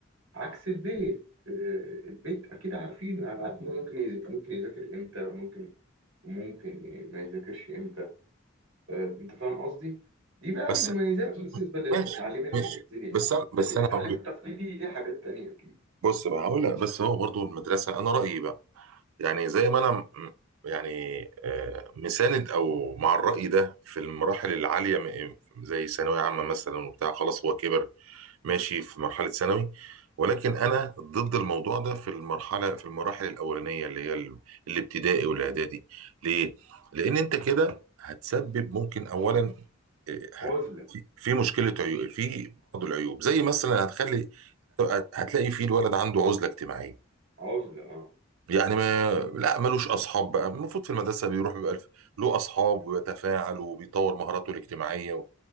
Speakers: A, on the right; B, on the right.
A: عكس البيت آه، البيت أكيد عارفينه يعني عارفين ممكن يز- ممكن يذاكر إمتى ممكن وممكن ي- ما يذاكرش إمتى آه، انت فاهم قصدي دي بقى
B: بس
A: المميزات بالنسبه للتعليم
B: ماشي
A: المنزلي
B: ماشي
A: يعني
B: بس أنا-
A: لكن
B: بس انا
A: التعليم
B: هقول
A: التقليدي ليه حاجات تانية اكيد
B: بص بقى هقول لك، بس هو برضو المدرسه انا رايي بقى يعني زي ما انا م- يعني آه، مساند او مع الرأي ده في المراحل العالية م- زي ثانوية عامة مثلا وبتاع خلاص هو كبر ماشي في مرحلة ثانوي ولكن انا ضد الموضوع ده في المرحلة في المراحل الأولانية اللي هي ال- الابتدائي والاعدادي
A: مم.
B: ليه؟ لأن انت كده هتسبب ممكن اولا آه، هت
A: عزله
B: في في مشكلة عيوب في بعض العيوب زي مثلا هتخلي هتلاقي فيه الولد عنده عزلة اجتماعية
A: عزله اه
B: يعني ما لا ملوش اصحاب بقى المفروض في المدرسه بيروح بيبقى الف- له اصحاب وبيتفاعل وبيطور مهاراته الاجتماعيه و...